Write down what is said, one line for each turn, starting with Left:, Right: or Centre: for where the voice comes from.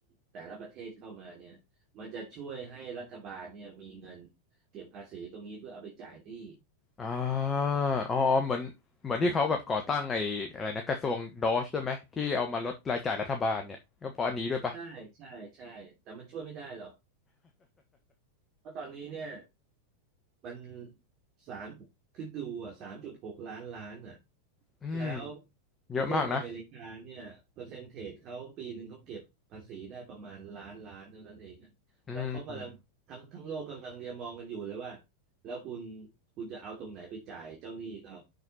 Right: แต่ละประเทศเข้ามาเนี่ยมันจะช่วยให้รัฐบาลเนี่ยมีเงินเก็บภาษีตรงนี้เพื่อเอาไปจ่ายหนี้
Left: อ่าอ๋อ เหมือน เหมือนที่เขาแบบก่อตั้งไอ้อะไรนะ กระทรวงดอชด้วยไหมที่เอามาลดรายจ่ายรัฐบาลเนี่ยก็เพราะอันนี้ด้วยปะ
Right: ใช่ใช่ใช่แต่มันช่วยไม่ได้หรอกเพราะตอนนี้เนี่ย มันสามคือดูอ่ะสามจุดหกล้านล้านอ่ะ
Left: อืม
Right: แล้ว
Left: เยอะมากนะ
Right: ประเทศอเมริกาเนี่ยเปอร์เซนเทจเขาปีหนึ่งเขาเก็บภาษีได้ประมาณล้านล้านเท่านั้นเองอะแล้วเขากำลังทั้งทั้งโลกกำลังเรียมองกันอยู่เลยว่า
Left: อืม
Right: แล้วคุณคุณจะเอาตรงไหนไปจ่ายเจ้าหนี้เขา